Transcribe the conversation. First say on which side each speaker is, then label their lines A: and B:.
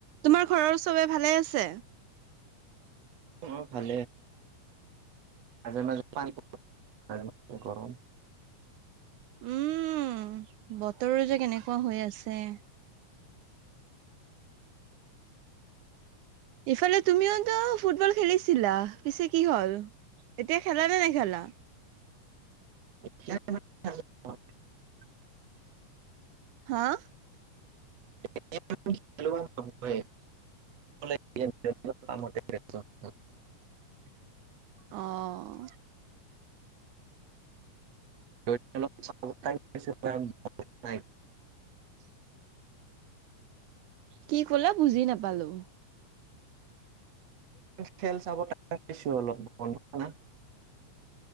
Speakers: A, on the right (about 75°); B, on the right (about 55°).
A: তোমাৰ ঘৰৰ চবে ভালে আছে?
B: অঁ অঁ ভালে মাজে মাজে পাওঁ মাজে মাজে গৰম
A: উম বতৰ যে কেনেকুৱা হৈ আছে ইফালে তুমিওতো ফুটবল খেলিছিলা পিছে কি হল এতিয়া খেলা নে নেখেলা
B: <inaudible>
A: হাঁ
B: <inaudible>
A: অঁ
B: <inaudible>
A: কি কলা বুজি নাপালো
B: খেল চাব টাইম পাইছো অলপ বন্ধ না